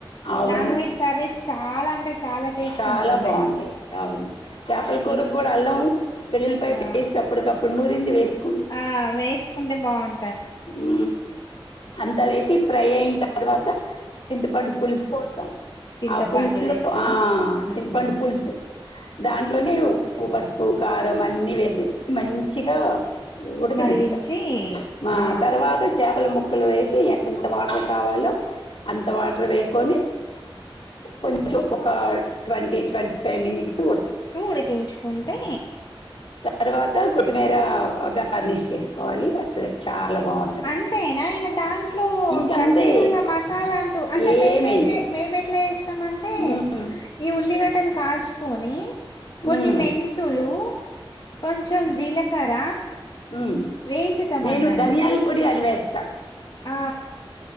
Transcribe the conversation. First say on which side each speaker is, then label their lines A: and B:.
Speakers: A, on the left; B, on the left.
A: అవును.
B: నాన్ వెజ్ కర్రీస్ చాలా అంటే చాలా టేస్ట్
A: చాలా
B: ఉంటుండే
A: బాగుంటాయి ఆవును చేపల కూరకు
B: ఇప్
A: కూడా అల్లం, వెల్లుల్లిపాయ
B: ఆ
A: పేస్ట్ అప్పటికప్పుడు నూరింది వేస్
B: ఆ వేసుకుంటే బాగుం
A: ఊ అంతా వేసి ఫ్రై అయిన తర్వాత చింతపండు పులుసు పోస్తాం
B: చింతపండు
A: ఆ పులుసులో
B: వేస్తారా
A: ఆ
B: ఉహు
A: చింతపండు పులుసు దాంట్లోనే ఉప్పు పసుపు కారం అన్ని వేసేసి మంచిగా ఉడకనిస్తాం
B: మరిగించి
A: మా
B: ఆ
A: తర్వాత చేపల ముక్కలు వేసి ఎంత వాటర్ కావాలో అంత వాటర్ వేసుకొని కొ ఒక ట్వంటీ ట్వంటీ ఫైవ్ మినిట్స్ ఊ
B: సూడికించుకుంటే
A: తర్వాత కొత్తిమీర గార్నిష్ చేసుకోవాలి అసలు చాలా బాగుంటది
B: అంతేనా ఇక దాంట్లో
A: ఇంకంతే
B: ప్రత్యేకంగా మసాలా అంటూ అంటే
A: ఏమేయదు
B: మేమేమ్ మేము ఎట్లాస్ స్త అంటే
A: ఉమ్,
B: ఈ ఉల్లిగడ్డను కాల్చుకొని కొన్ని
A: ఉమ్,
B: మెంతులు కొంచెం జీలకర్ర
A: ము
B: వేయించుతాం
A: నేను
B: అన్నట్టు
A: ధనియాల పొడి అదివేస్
B: ఆ